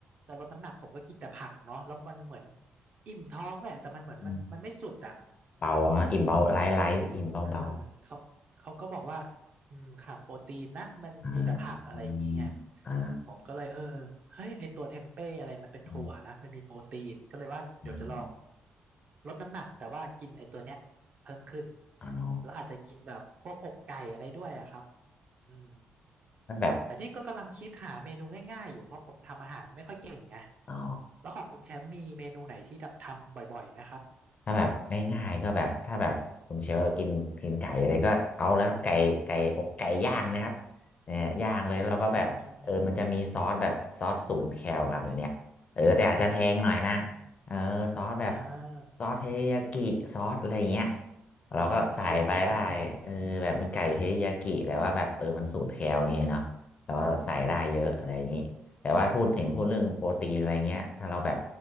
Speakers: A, on the right (about 35°); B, on the left (about 35°).
A: จะลดน้ำหนักผมก็กินแต่ผักเนาะแล้วมันเหมือนอิ่มท้องแหละแต่มันเหมือนมันมันไม่สุดอ่ะเออ
B: อืมเบานะอิ่มเบาไลท์ไลท์อิ่มเบาเบา
A: เออเขาเขาก็บอกว่าอืมขาดโปรตีนนะมันมีแต่ผักอะไรอย่างเงี้ยไง
B: อ่าอืมอ่า
A: ผมก็เลยเออเฮ้ยไอตัวเทมเป้อะไรมันเป็นถั่วนะมันมีโปรตีนก็เลยว่าเดี๋ยวจะลอง
B: อืมอืมอม
A: ลดน้ำหนักแต่ว่ากินไอตัวเนี้ยเพิ่มขึ้น
B: อ๋อ
A: แล้วอาจจะกินแบบพวกอกไก่อะไรด้วยอะครับอืม
B: แล้วแบบ
A: แต่ที่ก็กำลังคิดหาเมนูง่ายๆอยู่เพราะผมทำอาหารไม่ค่อยเก่งไง
B: อ๋อ
A: แล้วของคุณแชมป์มีเมนูไหนที่แบบทำบ่อยๆไหมครับ
B: ถ้าแบบง่ายๆก็แบบถ้าแบบคุณเชลล์กินกินไก่อะไรก็เอาแล้วครับไก่ไก่อกไก่ย่างนะครับเนี่ยย่างเลยแล้วก็แบบเออมันจะมีซอสแบบซอสศูนย์แคลครับเดี๋ยวเนี้ยเออแต่อาจจะแพงหน่อยนะ
A: โต๊ะไก่ย่างใช่ไหมอ่า
B: เออซอสแบบ
A: อ่า
B: ซอสเทริยากิซอสอะไรเงี้ยเราก็ใส่ไปได้เออแบบเป็นไก่เทริยากิแต่ว่าแบบเออมันศูนย์แคลเงี้ยเนาะเราก็ใส่ได้เยอะอะไรอย่างงี้แต่ว่าพูดเห็นพูดเรื่องโปรตีนอะไรเงี้ยถ้าเราแบบ
A: เออเทอริยากิน่ากินจังเลยอืม